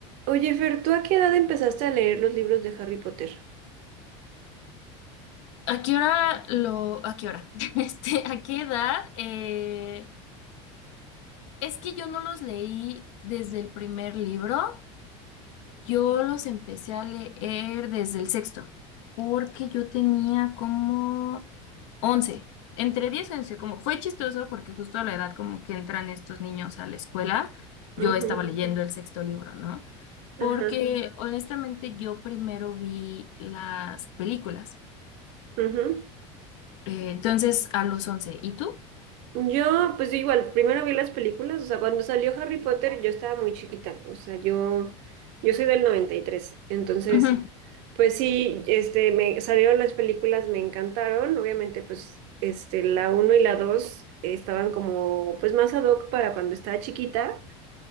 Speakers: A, on the right; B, on the left.
A: Oye, Fer, ¿tú a qué edad empezaste a leer los libros de Harry Potter?
B: ¿A qué hora lo, a qué hora? <laughs> Este, ¿a qué edad? Eh, es que yo no los leí desde el primer libro, yo los empecé a leer desde el sexto, porque yo tenía como once. entre 10 y once, como fue chistoso porque justo a la edad como que entran estos niños a la escuela, yo
A: Ujú,
B: estaba leyendo el sexto libro, ¿no?
A: ajá,
B: Porque honestamente yo primero vi las películas,
A: ujú.
B: Eh, entonces a los 11. ¿y tú?
A: Yo, pues yo igual, primero vi las películas, o sea, cuando salió Harry Potter yo estaba muy chiquita, o sea, yo, yo soy del noventa y tres, entonces,
B: Ujú,
A: pues sí, este, me salieron las películas, me encantaron, obviamente, pues, este, la uno y la 2 estaban como, pues, más ad hoc para cuando estaba chiquita,